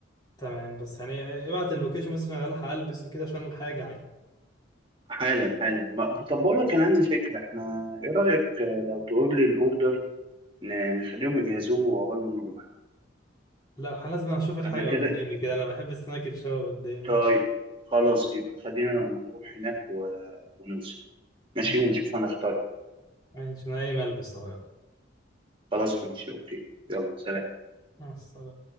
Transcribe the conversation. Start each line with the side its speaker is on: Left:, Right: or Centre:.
Left: تمام بس يعني ابعت اللوكيشن بس عشان الحق البس وكده عشان الحاجه يعني
Right: حالا حالا ما- طب بقول لك انا عندي فكره احنا ايه رايك آه، لو تقول لي الاوردر ن- نخليهم يجهزوه قبل ما نروح
Left: لا الحق لازم اشوف الحاجه
Right: انا كده
Left: قدامي كده انا بحب السناك تشوه قدامي
Right: طيب خلاص يبقى خلينا لما نروح هناك و... ونوصل ماشي
Left: مم.
Right: ونشوف هنختار إيه.
Left: يعني عشان اي ملبس اهو يلا.
Right: خلاص ماشي اوكي يلا سلام
Left: مع السلامه